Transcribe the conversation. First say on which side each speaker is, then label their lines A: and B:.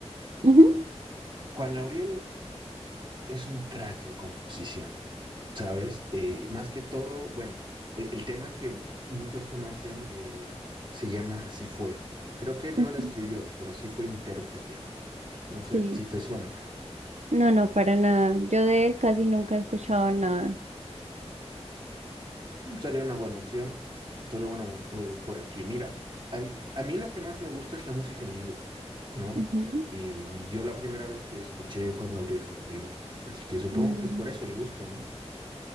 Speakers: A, on the right; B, on the right.
A: ujú,
B: Juan Gabriel es un crack en composición, ¿sabes? Eh, más que todo, bueno, el, el tema que muchos conocen eh, se llama Así fue. Creo que él
A: ujú,
B: no la escribió, pero sí fue intérprete. No sé
A: Sí.
B: si te suena.
A: No, no, para nada. Yo de él casi nunca he escuchado nada.
B: Mm, Sería una buena opción. Sería bueno, eh, porque mira, a, mí a mí lo que más me gusta es la música en vivo, ¿no?
A: Ujú,
B: Y yo la primera vez que escuché Juan Gabriel fue en vivo. Así que supongo
A: mm.
B: que es por eso el gusto, ¿no?